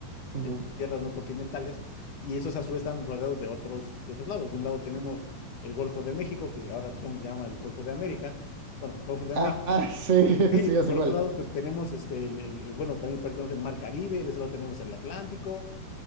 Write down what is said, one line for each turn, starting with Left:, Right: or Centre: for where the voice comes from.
Right: Ujú.
Left: eh, tierras no continentales, y esos a su vez están rodeados de otros, de otros lados. De un lado tenemos el Golfo de México, que ahora Trump llama el Golfo de América, bueno, el Golfo de
Right: Ah,
Left: México,
Right: ah, <laughs> sí,
Left: <laughs> y,
Right: sí, ya
Left: por
Right: sé cuál.
Left: otro lado te- tenemos, este, el, el- el- bueno, también por ahí tenemos el Mar Caribe, de ese lado tenemos el Atlántico,